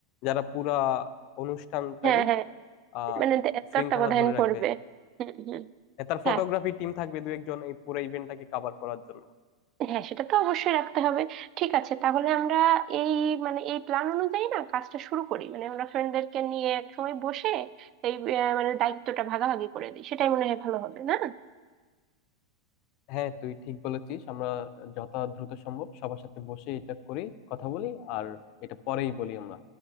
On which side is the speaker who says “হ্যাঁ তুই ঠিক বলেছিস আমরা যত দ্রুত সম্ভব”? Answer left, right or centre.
Left